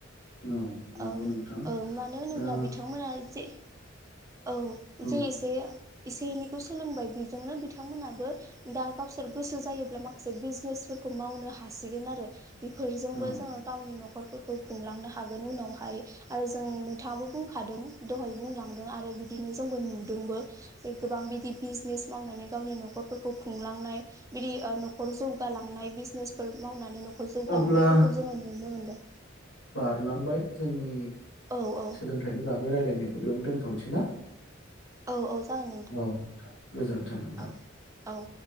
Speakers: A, on the left; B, on the right.
A: औ नंगौ
B: ओं
A: नोंथां
B: ओं मानो होनोब्ला
A: दा
B: बिथांमोना जे। औ
A: औ
B: जे एसे। एसे एनैखौ सोलोंबाय बिजोंनो बिथांमोनाबो दा गावसोर गोसो जायोब्ला माखा से बिजनेसफोरखौ मावनो हासिगोन आरो बेफोरजोंबो
A: औ
B: जोङो गावनि न'ख रफोरखौ खुंलांनो हागोन उनावहाय आरो जों नोंथाङाबो बुंखादों दहाय बुंलांदों आरो बिदिनो जोंबो नुदोंबो जे गोबां बिदि बिजनेस मावनानै गावनि न'खरफोरखौ खुंलांनाय। बिदि ओ न' खर जौगालांनाय बिजनेसफोर मावनानै न'खर जौगालांनायफोरखौ
A: अब्ला
B: जोङो नुनो मोनदों।
A: लांबाय जोंनि
B: औ औ
A: सोलोंथाइनि बागै रायलायनायखौ बेयावनो दोनथ'सै ना?
B: औ औ जागोन
A: औ नोंथां गोजोनथों नोंथां।
B: औ औ